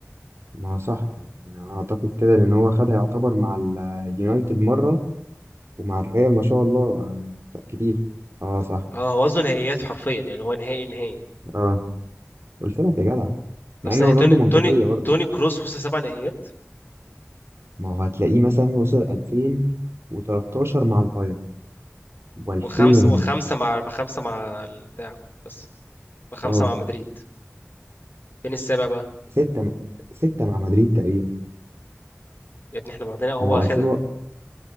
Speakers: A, on the right; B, on the left.
A: ما هو صح أنا اعتقد كده لان هو خدها يعتبر مع اليونايتد مره ومع الريال ما شاء الله آه، كتير اه صح
B: اه هو قصده نهائيات حرفيا يعني هو نهائي نهائي
A: اه قلت لك يا جدع
B: طب
A: مع
B: ثانيه
A: ان رونالدو
B: توني
A: منطقيه
B: توني
A: برضه
B: توني كروس وصل سبع نهائيات
A: ما هو هتلاقيه مثلا وصل 2013 مع البايرن و2006
B: وخمسه وخمسه مع خمسه مع البتاع بس وخمسه
A: اه
B: مع مدريد فين السابع بقى
A: 6 6 مع مدريد تقريبا
B: يا ابني احنا واخدينها هو
A: ما هو
B: واخدها
A: 2000 و...